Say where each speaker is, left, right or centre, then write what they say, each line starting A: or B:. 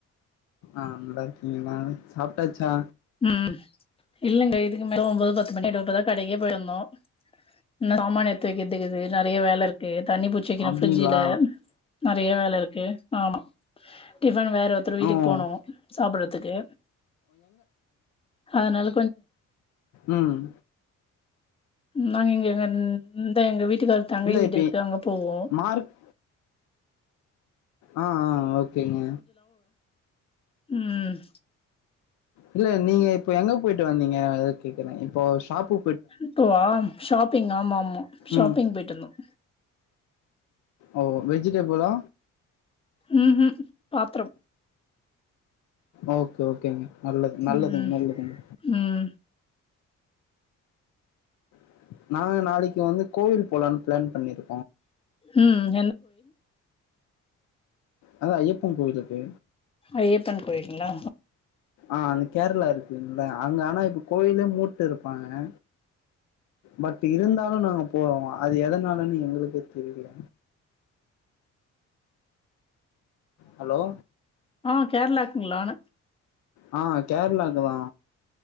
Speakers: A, on the left; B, on the left.
A: ஆஹ் நல்லா இருக்கீங்களா சாப்பிட்டாச்சா
B: உம் இல்லங்க இதுக்கு மேல ஒன்பது பத்து மணி ஆயிடும் இப்பதான் கடைக்கே போயிருந்தோம் நான் சமான எடுத்து வைக்கித்துக்கிது நிறைய வேலை இருக்கு தண்ணி பூச்சிக்வைகணும்
A: அப்டிங்களா
B: பிரிட்ஜில நிறைய வேலை இருக்கு ஆமா டிபன் வேற ஒருத்தர் வீட்டுக்கு
A: ம்
B: போனோம் சாப்பிடறதுக்கு ஆனால
A: உம்
B: நாங்க இங்கங்க <unintelligible> த எங்க வீட்டுகாரர் தங்கை
A: இல்ல
B: வீடுயிருக்கு
A: இப்ப
B: அங்க போவோம்
A: மார்க் ஆஹ் ஆஹ் ஓகேங்க
B: உம்
A: இல்ல நீங்க இப்போ எங்க போயிட்டு வந்திங்க அதா கேக்கறிங்க இப்போ ஷாப்பு
B: இப்போவா ஷாப்பிங்ஆமா ஆமா ஷாப்பிங்
A: ம்
B: போயிடுவந்தோம்
A: ஓ வெஜிடேபிளா
B: உம் உம் பாத்ரம்
A: ஓகே ஓகேங்க நல்லது நல்லதுங்க
B: ம்
A: நல்லதுங்க
B: ம்
A: <inaudible> நாங்க நாளைக்கு வந்து கோவில் போலானு பிளான் பன்னிரு
B: உம்
A: அதா ஐயப்பன் கோயிலுக்கு
B: ஐயப்பன் கோயிலுங்களா
A: ஆஅந்த கேரளாயிருக்குகலா அங்க ஆனா இப்போகோயிலே மூட்டு இருபாங்கே பட்யிருந்தலும் நாங்க போறோஅது எதனாலனு எங்களுகே தெரியல ஹலோ
B: ஆ கேரளாக ல்லான
A: ஆ கேரளாகு தா